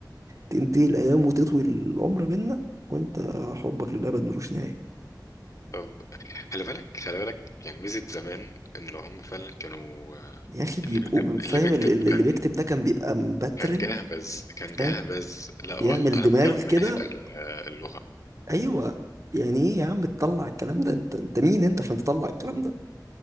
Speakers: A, on the right; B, on the left.
A: تنتهي الايام وتطوي العمر بينا وانت حبك للابد ملوش نهاية
B: طب خلي بالك خلي بالك يعني ميزة زمان ان هم فعلا كانوا آه،
A: يا اخي بيبقوا
B: اللي بيكتب
A: فاهم
B: اللي بيكتب
A: ال- ال-
B: كان
A: اللي بيكتب ده كان بيبقى مبترل
B: كان جاهز كان جاهز
A: فاهم
B: لا
A: بيعمل
B: والله انا
A: دماغ
B: بتكلم
A: كده
B: من ناحية ال- آه، اللغة
A: ايوه يعني ايه يا عم تطلع الكلام ده انت انت مين انت عشان تطلع الكلام ده